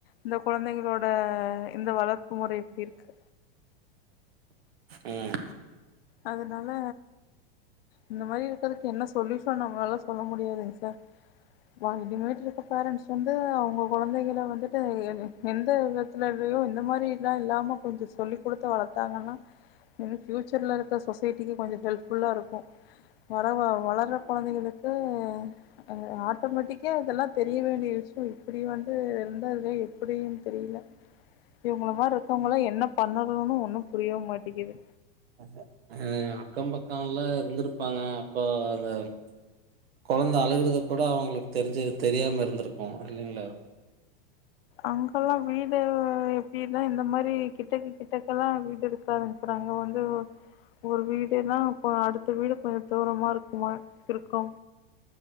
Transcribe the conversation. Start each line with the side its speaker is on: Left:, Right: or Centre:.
Left: இந்த கொழந்தைங்களோட இந்த வளர்ப்பு முறை இப்படி இருக்கு
Right: ம்
Left: அதனால இந்த மாரி இருக்கறதுக்கு என்ன சொல்யூஷன்னோ நம்மளால சொல்ல முடியாதுங்க சார் வா இனிமேட்டு இருக்க பேரண்ட்ஸ் வந்து அவுங்க கொழந்தைகள வந்துட்டு எ எந்த விதத்துல இல்லையோ இந்த மாரிலா இல்லாம கொஞ்ச சொல்லி் குடுத்து வளத்தாங்கன்னா இன்னு ஃபியூச்சர்ல இருக்கற சொசைட்டிக்கு கொஞ்சோ ஹெல்ப்ஃபுல்லா இருக்கு வர வ வளர்ற கொழந்தைகளுக்கு அ ஆட்டோமேட்டிக்கா இதெல்லா தெரிய வேண்டிய விஷயோ இப்படி வந்து இருந்தாது எப்படியுனு தெரியல இவுங்கள மாரி இருக்கவங்களா என்ன பண்ணணுன்னு ஒண்ணு புரியவு மாட்டேங்கிது
Right: அ அக்கம் பக்கம்லா இருந்திருப்பாங்க அப்ப அங்க கொழந்த அழுகறது கூட அவுங்களுக்கு தெரிஞ்சு தெரியாம இருந்திருக்கு இல்லைங்களா
Left: அங்கல்லா வீடு எப்படினா இந்த மாரி கிட்டக்க கிட்டக்கல்லா வீடு இருக்காதுங்க அப்புறோ அங்க வந்து ஒரு வீடுனா இப்ப அடுத்த வீடு கொஞ்சோ தூரமா இருக்குமா இருக்கு